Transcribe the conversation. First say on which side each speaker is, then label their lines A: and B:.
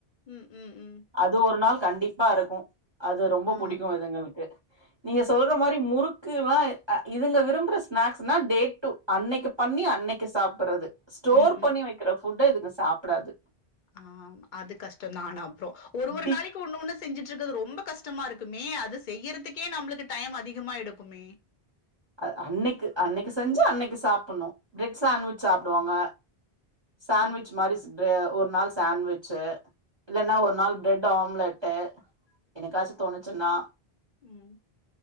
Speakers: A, on the left; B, on the right.
A: ம் ம் ம்
B: அது ஒரு நாள் கண்டிப்பா இருக்கு அது ரொம்ப
A: ஆ.
B: புடிக்கு இதுங்ளுக்கு நீங்க சொல் ட்ற மாரி முறுக்குலா இ்துங்க விரும்புற ஸ்நாக்ஸ்னா டே டூ அன்னைக்கி பண்ணி அன்னைக்கி சாப்ட்றது ஸ்டோர்
A: ம்,
B: பண்ணி
A: ம்.
B: வெக்கிற ஃபுட்‌டு இதுங்க சாப்டாது
A: ஆ அது கஷ்டந்தா ஆனா அப்றோ ஒரு ஒரு
B: டிப்
A: நாளைக் ஒண்ணு ஒண்ணு செஞ்சிட்ருக்குறது ரொம்ப கஷ்டமா இருக்குமே அது செய்யறதுக்கே நம்மளுக்கு டைம் அதிகமா எடுக்குமே
B: அ அன்னைக்கு அன்னைக்கு செஞ்சு அன்னைக்கு சாப்புட்ணு பிரெட் சான்வெஜ் சாப்டுவாங்க சேன்வெஜ்
A: ம்,
B: மாரி ட்ற ஒரு நாள் சேன்வெஜ் இல்லன்னா ஒரு நாலு பிரெட்டு ஆம்லெட்டு என்னைக்காச்சு தோணுச்சுன்னா
A: ம்